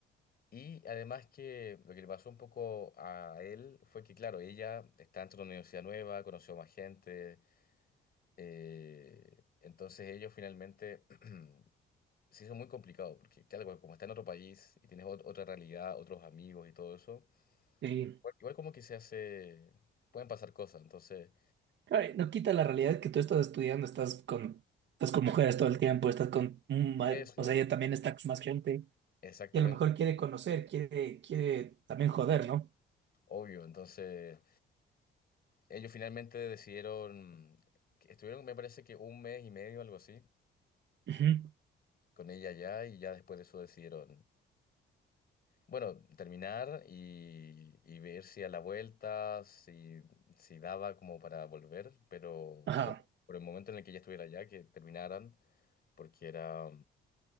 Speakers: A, on the left (about 50°); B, on the right (about 65°).
A: Y además que lo que le pasó un poco a él fue que, claro, ella está dentro de una universidad nueva, conoció más gente, eh, entonces ellos finalmente <clears throat> se hizo muy complicado, porque claro, como está en otro país y tienes ot- otra realidad, otros amigos y todo eso,
B: Sí.
A: igual igual como que se hace, pueden pasar cosas, entonces
B: Ay, no quita la realidad que tú estás estudiando, estás con, estás con mujeres todo el tiempo, estás con, un ma-
A: eso,
B: o sea, ella también está con más gente
A: exactamente,
B: y a lo mejor quiere conocer, quiere, quiere también joder, ¿no?
A: obvio, entonces ellos finalmente decidieron, que estuvieron me parece que un mes y medio, algo así
B: Ujú.
A: con ella ya y ya después de eso decidieron, bueno, terminar y, y ver si a la vuelta, si, si daba como para volver, pero,
B: Ajá,
A: pero por el momento en el que ella estuviera allá, que terminaran, porque era,